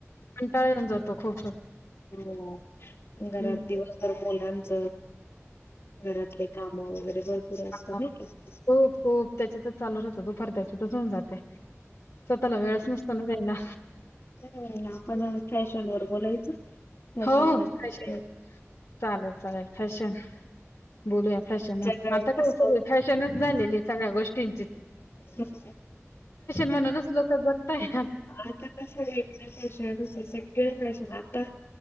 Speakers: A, on the left; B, on the left.
A: कंटाळऊन जातो खूप
B: ह घरात
A: हं.
B: दिवसभर मुलांच घरातले काम वगैरे भरपूर असतात
A: हां,
B: नाही का
A: खूप खूप त्याच्यातच चालू राहं दुपार त्याच्यातच होऊन जाते सोतला वेळस नचतनगयला
B: ह् आपण फॅशन वर बोलायचं <unintelligible>
A: हो
B: म्हणजे
A: कशी ग चालेल चालेल. फॅशन बोलूया फॅशन
B: जगायचं
A: आता काय सगळे फॅशनच झालेले सगळ्या गोष्टीं.
B: <unintelligible>
A: म्हणूनच लोकं जगताय
B: आता कस वेगळ्याष आहे सगळ् <unintelligible> या आता